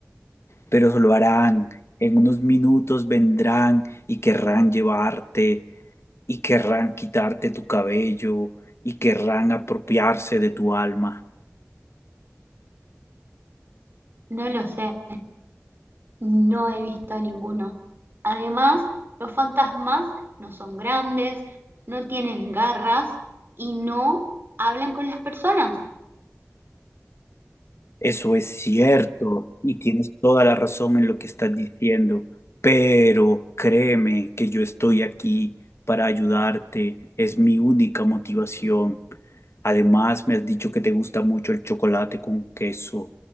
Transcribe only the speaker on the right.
No lo sé, no he visto a ninguno. Además, los fantasmas no son grandes, no tienen garras y no hablan con las personas.